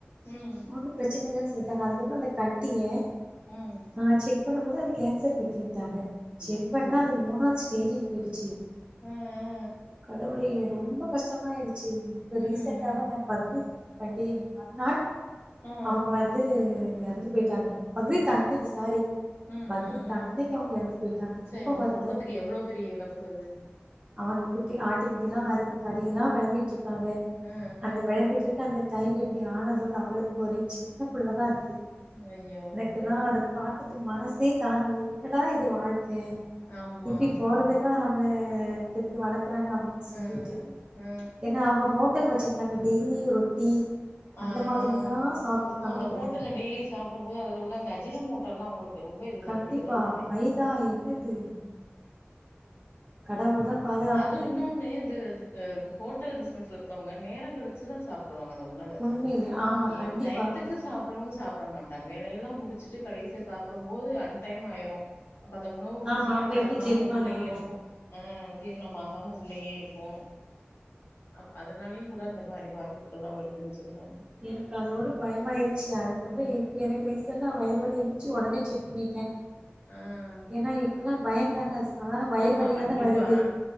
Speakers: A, on the left; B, on the right.
A: ம்
B: ஒன்னு பிரச்சன இல்லன்னு சொல்லிட்டாங்க அதுக்கப்பறோ அந்த கட்டிய
A: ம் ம்
B: அ செக் பண்ணு போது அது கேன்சர் கட்டின்ட்டாங்க
A: ஐயையோ
B: செக் பண்ணா அது மூணாவது ஸ்டேஜ்க்கு போயிடுச்சி
A: ஆ ஆ
B: கடவுளே எ ரொம்ப கஷ்டமாயிடுச்சு இப்ப
A: ம்
B: ரீசெண்டா
A: ம்
B: தா ஏ பக்ரித் பண்டிகைக்கி மறுநாள்
A: ஆ
B: அவங்க வந்து எறந்து போயிட்டாங்க பக்ரீத் அன்னைக்கு சாரி
A: ம்
B: பக்ரீத்
A: ம்
B: அன்னைக்கு அவங்க எறந்து போயிட்டாங்க
A: சரி
B: ரொம்ப
A: அவுங்க
B: வருத்தோ
A: குடும்பத்துக்கு எவ்ளோ பெரிய எழப் <unintelligible>
B: ஆறுகுட்டி ஆட்டுக்குட்டிலா அறுத்து கறிலா வழங்கிட்டு இருக்காங்க
A: ம்
B: அந்த வழங்கிட்டருக்க அந்த டைம்ல இப்டி ஆனதோட அ உங்களுக்கு ஒரு சின்ன புள்ளதா இருக்கு
A: ஐய்யோ
B: எல்லா அத பாத்துட்டு மனசே தாங்கல என்னடா இது வாழ்க்க
A: ஆமா
B: இப்டி போறதுக் நம்ள பெத்து வளக்றாங்க அப்டின் சொல்லிட்டு
A: ஆ ஆ
B: ஏனா அவுங்க ஹோட்டல் வச்சிருந்தாங்க டெய்லி ரொட்டி
A: அ
B: அந்த மாதிரியா
A: அ
B: சாப்ட்டுருக்காங்க
A: அந்த
B: போல
A: ஹோட்டல்ல டெய்லி சாப்டு போது அதுல உள்ள அந்த அஜின மோட்டல்லா உங்களுக் ரொம்ப இது தானே
B: கண்டிப்பா
A: கெடுதல் தானே
B: மைதா என்னது கடவுள் தா பாதுகாப்
A: இது இன்னொன்னு இந்த ஹோட்டல் பிசினஸ்ல இருக்கவங்க நேரொ கழித் வச்சிதா சாப்டுவாங்க அந்த உணவ
B: உண்மையிலே ஆமா
A: ஏ
B: கண்டிப்பா
A: டயத்துக்கு சாப் சாப்டனு சாப்ட மாட்டாங்க வேலையெல்லா முடிச்சுட்டு கடைசியா சாப்டபோது அன்டைம் ஆயிரு அப்பந்த உண உணவு வந்து
B: ஆமா
A: ஜீரணமாகாம
B: அப்ப எப்டி ஜெரிமானா
A: உள்ளேயே
B: ஆகு
A: இருக்கு ம் ஜீரணமாகாம உள்ளேயே இருக்கு அ அதனாலயு கூட அந்த மாரி பாதிப்புகல்லா வருதுன்னு சொல்றாங்க
B: எனக்கு அதோட பயமயிருச்சு அதுக்கப்பறோ
A: ம்
B: இப்ப எனக்கு ரீசன்டா வயிறு வலி இருந்து ச்சி ஒடனே செக் பன்னிட்டே
A: ம்
B: ஏனா இப்பல்லா பயந்தான வயிறு
A: ஆமா
B: வலியா
A: கண்டிப்பா
B: தா வருது